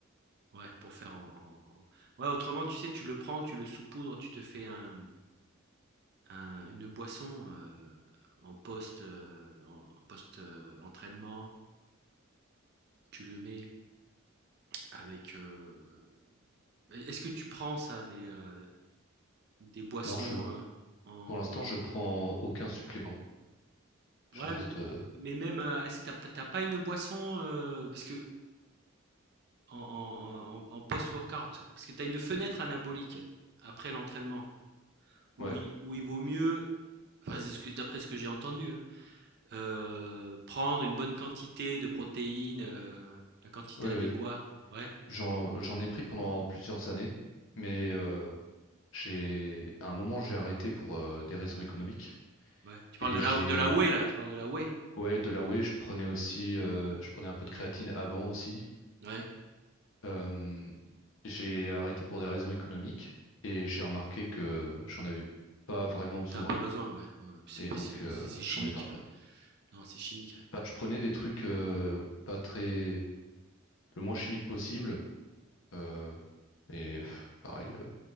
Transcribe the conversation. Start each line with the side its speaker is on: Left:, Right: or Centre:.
Right: Ouais, pour faire en, en- en- Ouais, autrement, tu sais, tu le prends, tu le saupoudres, tu te fais un, Un une boisson, heu, en post, heu, en post, heu, entraînement, tu le mets avec, heu est ce que tu prends ça des, heu, des boissons,
Left: Non, je,
Right: heu, en
Left: pour l'instant,
Right: en
Left: je prends aucun supplément. Je
Right: ouais,
Left: reste.
Right: mais
Left: euh,
Right: mais même, heu, est-ce que t'as as p pas une boisson, heu, parce que en en en en post-workout, parce que tu as une fenêtre anabolique après l'entraînement où
Left: Ouais,
Right: il où il vaut mieux enfin, c'est ce que d'après ce que j'ai entendu, hein. Heu, prendre une bonne quantité de protéines, heu, la quantité
Left: oui,
Right: adéquate.
Left: oui.
Right: Ouais,
Left: J'en, j'en ai pris pendant plusieurs années, mais euh, j'ai, à un moment, j'ai arrêté pour euh, des raisons économiques.
Right: ouais. Tu parles
Left: Et
Right: de la
Left: j'ai,
Right: de la whey là? Tu parles de la whey?
Left: ouais, de la whey, je prenais aussi, euh, je prenais un peu de créatine avant aussi.
Right: Ouais,
Left: Euh, j'ai arrêté pour des raisons économiques et j'ai remarqué que j'en avais pas vraiment besoin
Right: T'as pas besoin, ouais, ouais, ouais. c'est
Left: et
Right: pas
Left: donc
Right: c'est
Left: euh,
Right: c'est chimique.
Left: j'en ai pas repris.
Right: Non, c'est chimique.
Left: Bah, je prenais des trucs euh, pas très, le moins chimique possible euh, et pff, pareil. euh,